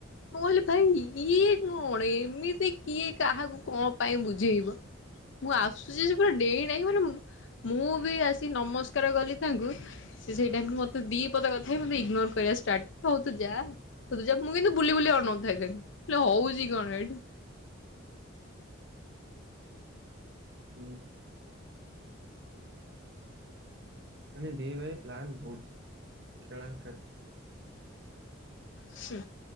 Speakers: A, on the left; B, on the right.
A: ମୁଁ କହିଲି ଭାଇ ଇଏ କଣ ଏମିତି କିଏ କାହାକୁ କଣ ପାଇଁ ବୁଝେଇବ। ମୁଁ ଆସୁଛି ସେ ପୁରା ଡେଇଁ ଡାଇଁ ମାନେ ମୁଁ ବି ଆସି ନମସ୍କାର କଲି ତାଙ୍କୁ ସେଇ ଟାଇମରେ ମତେ ଦି ପଦ କଥା ହେଇ ମତେ ଇଗନୋର କରିବା ଷ୍ଟାର୍ଟ ହଉ ତୁ ଯା। ତୁ ଯା ମୁଁ କିନ୍ତୁ ବୁଲି ବୁଲି ଅନଉଥାଏ ତାକୁ ହଉଛି କଣ ଏଇଠି।
B: ହୁଁ। ମାନେ ଦି ଭାଇ ପ୍ଲାନ ବହୁତ ଖେଳାଙ୍କାରି।
A: ସେ